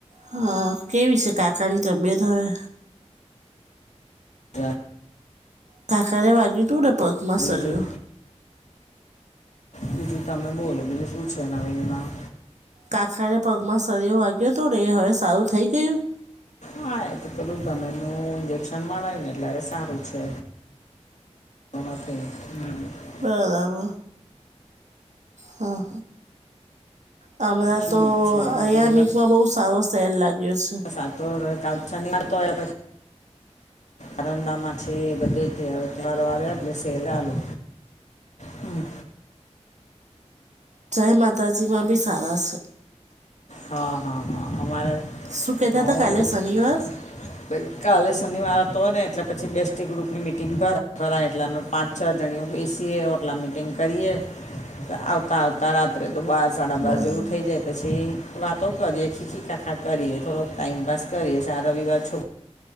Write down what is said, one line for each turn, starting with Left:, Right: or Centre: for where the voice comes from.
Right: હા કેવીશે કાકાની તબિયત હવે
Left: <unintelligible>
Right: કાકા ને વાગયુ તું ને પગ મા
Left: બીજું
Right: સળીયો
Left: બીજું તમે બોલો બીજુ શું છે નવીનમાં?
Right: કાકાએ પગમાં સરયો વાગ્યો હતો ને એ હવે સારું થઈ ગયું?
Left: હા એ તો પેલું ચાલેને નવું ઇન્જેક્શન મરાય ને એટલે સારું છે. <unintelligible> હમ્મ.
Right: બરાબર હા. આ હમણાં
Left: ઠીક
Right: તો
Left: છે બીજું
Right: અંયા મીકમાં બહુ સારો સેલ લાગ્યો છે.
Left: <unintelligible> શનિવાર હે તો પછી <unintelligible> બધી તે તહેવારો આયા એટલે સેલ આયુ હમ્મ.
Right: જય માતાજી માં બી સારા છે.
Left: હા હા હા અમારે
Right: શું કહેતા
Left: હા.
Right: હતા કાલે શનિવાર
Left: કાલે શનિવાર તો ને એટલે પછી બેસ્ટી ગ્રુપની મિટિંગ કરે ભરાય એટલે અમે પાંચ છ જણીઓ બેસીએ હોટલા મીટિંગ કરીએ આવતા આવતા રાત્રે તો બાર સાડા
Right: બરાબર
Left: બાર જેવું થઈ જાય પછી વાતો કરીએ ખીખી ખાખા કરીએ થોડોક ટાઈમપાસ કરીએ આ રવિવાર છોક